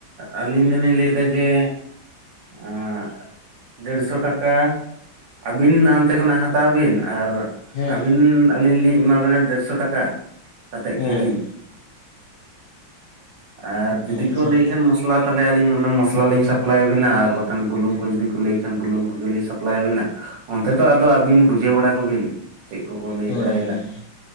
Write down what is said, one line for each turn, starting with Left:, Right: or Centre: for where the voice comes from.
Right: ᱟᱹᱞᱤᱧ ᱫᱚᱞᱤᱧ ᱞᱟᱹᱭ ᱫᱟ ᱡᱮ ᱟᱜ ᱰᱮᱲᱥᱚ ᱴᱟᱠᱟ ᱟᱹᱵᱤᱱ ᱚᱱᱛᱮ ᱠᱷᱚᱱᱟᱜ ᱦᱟᱛᱟᱣ ᱵᱤᱱ ᱟᱨ
Left: ᱦᱮᱸ
Right: ᱟᱹᱵᱤᱱ ᱟᱹᱞᱤᱧ ᱞᱤᱧ ᱮᱢᱟᱵᱤᱱᱟ ᱰᱮᱲᱥᱚ ᱴᱟᱠᱟ ᱠᱟᱛᱮᱫ
Left: ᱦᱮᱸ
Right: ᱠᱮᱡᱤ᱾ ᱟᱨ ᱡᱩᱫᱤ
Left: ᱟᱪᱪᱷᱟ
Right: ᱠᱚ ᱞᱟᱹᱭ ᱠᱷᱟᱱ ᱢᱚᱥᱞᱟ ᱛᱟᱦᱚᱞᱮ ᱟᱹᱞᱤᱧ ᱚᱱᱟ ᱢᱚᱥᱞᱟ ᱞᱤᱧ ᱥᱟᱯᱞᱟᱭᱟ᱾ ᱟᱵᱤᱱᱟ ᱟᱨ ᱵᱟᱠᱷᱟᱱ ᱵᱩᱞᱩᱝ ᱠᱚ ᱡᱩᱫᱤ ᱠᱚ ᱞᱟᱹᱭ ᱠᱷᱟᱱ ᱵᱩᱞᱝ ᱠᱚᱜᱮᱞᱤ ᱥᱟᱯᱞᱟᱭ ᱟᱵᱮᱱᱟ᱾ ᱚᱱᱛᱮ ᱫᱚ ᱟᱫᱚ ᱟᱹᱵᱤᱱ ᱵᱩᱡᱷᱟᱹᱣ ᱵᱟᱲᱟ ᱠᱚᱵᱤᱱ ᱪᱮᱫ ᱠᱚᱠᱚ ᱞᱟᱹᱭ
Left: ᱦᱮᱸ
Right: ᱵᱟᱲᱟᱭᱫᱟ᱾
Left: ᱦᱮᱸ